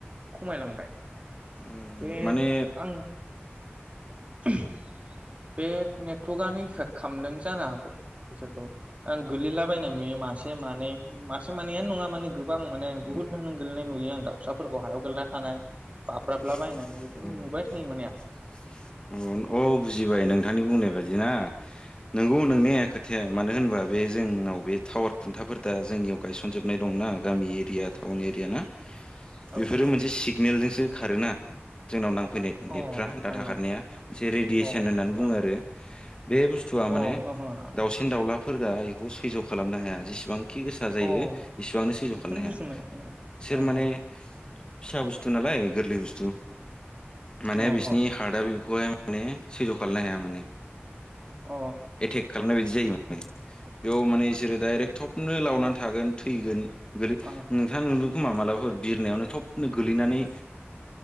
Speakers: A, on the right; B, on the left.
A: खमायलांबाय <inaudible>
B: ओ
A: बे
B: माने
A: आं <inaudible> बे नेटवर्कआनो इफेक्ट खालामदों जानो हागौ बिसोरखौ आं गोलैलाबायनाय नुयो मासे मानै मासे मानैआनो नङा माने गोबां माने बहुथ
B: उम
A: नां गोलैनाय नुयो आं दाउसाफोरखौ हायाव गोलैना थानाय
B: <inaudible>
A: बाब्राबला बायनाय बिदि नुबाय थायो माने आं
B: अ औ बुजिबाय नोंथांनि बुंनाय बादि <unintelligible> नंगौ नोंनाया खोथाया मानो होनबा बे जोंनाव बे टावार खुन्थाफोर दा जोंनियाव गायसनजोबनाय दंना गामि एरिया <unintelligible> टाउन एरिया ना
A: औ
B: बेफोरो मोनसे सिगनेलजोंसो खारोना ट्रेननाव नां फैनाय
A: अ
B: नेटफ्रा डाटा
A: नोंथां
B: खारनाया मोनसे रेडियेसन
A: औ
B: होननानै
A: अ हो
B: बुङो आरो बे बुस्थुआ
A: अ
B: माने
A: हो हो आं
B: दाउसिन दाउला फोरदा एखौ सैज' खालामनो हाया जेसेबां खि गोसा जायो
A: अ
B: इसिबांनो सैज
A: बेखौनो
B: खालामनो
A: बुजिनो
B: हाया
A: मोनाखैमोन
B: बिसोर
A: आं अ
B: माने
A: ह
B: फिसा बुस्थु नालाय गोरलै बुसथु माने
A: अ
B: बिसिनि
A: ह
B: हार्द आ बेखौहाय माने सैज खालामनो हाया माने
A: अ
B: एथेक खालामनायब्ला जायो माने बेयाव माने बिसोरो डाइरेक्ट थपनो लावनानै थागोन थैगोन गोलै
A: आ हा
B: नोंथाङा नुदों खोमा मालाबा फोर बिरनायावनो थबनो गोलैनानै